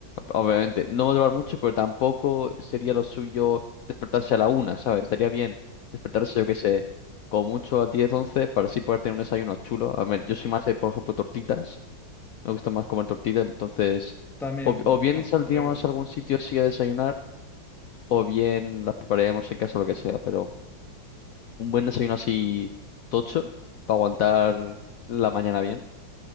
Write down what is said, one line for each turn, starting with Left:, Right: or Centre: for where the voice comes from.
Left: Obviamente, no va a durar mucho, pero tampoco sería lo suyo despertarse a la una, ¿sabes? Estaría bien despertarse, yo qué sé, con mucho a 10, 11 para así poder tener un desayuno chulo. A ver, yo soy más de, por ejemplo, tortitas. Me gusta más comer tortitas, entonces,
Centre: También
Left: o, o bien
Centre: está
Left: saldríamos
Centre: muy rico.
Left: a algún sitio así a desayunar, o bien las prepararíamos en casa, lo que sea, pero un buen desayuno así tocho para aguantar la mañana bien